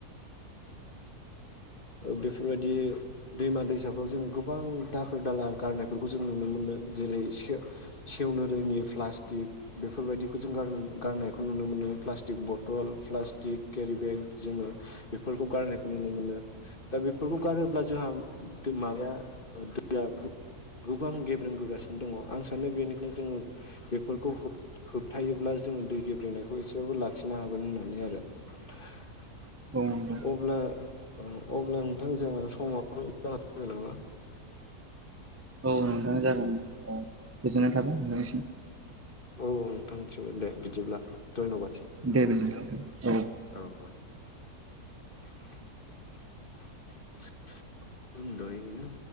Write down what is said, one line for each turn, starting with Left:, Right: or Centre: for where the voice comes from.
Left: बेफोरबायदि दैमा दैसाफ्राव जोङो गोबां दाखोर दाला गारनायफोरखौ जों नुनो मोनो जेरै सेवनो रोङि प्लास्टिक बेफोरबायदिखौ गारनायखौ नुनो मोनो प्लास्टिक बथल प्लास्टिक केरि बेग जोङो बेफोरखौ गार नुनो मोनो दा बेफोरखौ गारोब्ला जोंहा माबाया दैया गोबां गेब्रें बोगासिनो दङ आं सानो बेनिखायनो जोङो बेफोरखौ होबथायोब्ला जोङो दै गेब्रेंनायखौ एसेबाबो लाखिनो हागोन होननानै आरो <inaudible>
Right: औ नोंथां
Left: अब्ला अब्ला‌ ओ नोंथां जोहा समाव जासिगोन नामा।
Right: औ नोंथां जागोन ओ गोजोननाय थाबाय नोंथांनि सिम।
Left: औ नोंथांसिमबो दे बिदिब्ला धैनबादसै।
Right: दे बिदिब्ला नोंथां
Left: औ <inaudible> <unintelligible> उन्दुयैनो।